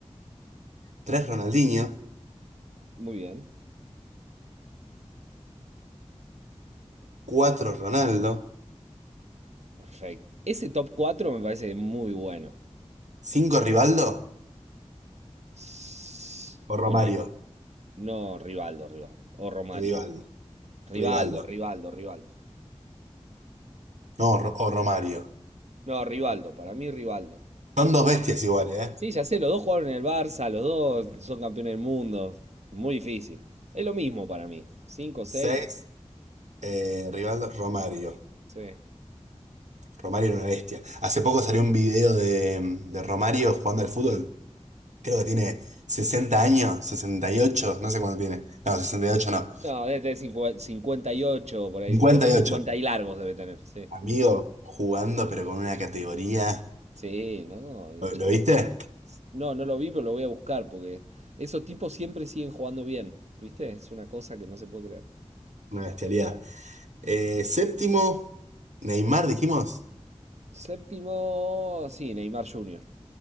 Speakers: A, on the right; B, on the right.
A: tres Ronaldinho,
B: Muy bien.
A: cuatro Ronaldo,
B: Perfecto. Ese top 4 me parece muy bueno.
A: cinco Rivaldo
B: S-
A: o
B: o
A: Romario.
B: Ney- No, Rivaldo, Rivaldo. O Romario.
A: Rivaldo,
B: Rivaldo,
A: Rivaldo.
B: Rivaldo, Rivaldo.
A: No, Ro- o Romario.
B: No, Rivaldo, para mí Rivaldo.
A: Son dos bestias iguales, ¿eh?
B: Sí, ya sé, los dos jugaron en el Barça, los dos son campeones del mundo. Muy difícil. Es lo mismo para mí. 5, 6
A: Seis, eh, Rivaldo, Romario.
B: sí.
A: Romario era una bestia. Hace poco salió un video de, de Romario jugando al fútbol. Creo que tiene 60 años, 68, no sé cuánto tiene. No, 68 no.
B: No, debe tener 50 58, por ahí,
A: 58.
B: 50, 50 y largos debe tener, sí.
A: Amigo, jugando pero con una categoría.
B: Sí, no, el
A: ¿Lo,
B: Chapu.
A: lo viste?
B: No, no lo vi, pero lo voy a buscar porque esos tipos siempre siguen jugando bien, ¿viste? Es una cosa que no se puede creer.
A: Una bestialidad. Eh, séptimo, Neymar, dijimos.
B: Séptimo, sí, Neymar Jr.